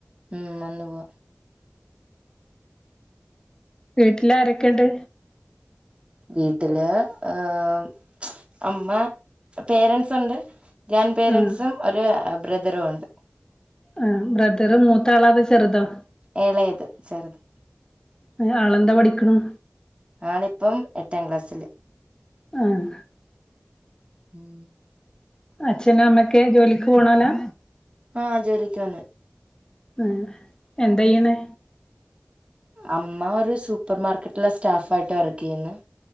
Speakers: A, on the right; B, on the left.
A: ഉം വന്ന് പോവാ
B: വീട്ടില് ആരെക്കെണ്ട്?
A: വീട്ടില് ഏമ് അമ്മ പേരന്സുണ്ട് ഗ്രാൻ്റ് പേരൻസും
B: ആഹ്
A: ഒരു ബ്രദറുവുണ്ട്
B: ആഹ് ബ്രദറ് മൂത്താളാ? അതോ ചെറുതോ?
A: എളയത് ചെറുത്
B: ആഹ് ആളെന്താ പഠിക്ക്ണെ?
A: ആളിപ്പം എട്ടാം ക്ലാസ്സില്
B: ആഹ്
A: ഉം
B: അച്ഛനും അമ്മയക്കെ ജോലിക്ക് പോണോലാ?
A: ആഹ് ജോലിക്ക് പോവ്ന്ന്
B: ഏഹ് എന്തെയ്യ്ണ്?
A: അമ്മ ഒരു സൂപ്പർ മാർക്കറ്റിലെ സ്റ്റാഫ് ആയിട്ട് വർക്ക് ചെയ്യുന്നു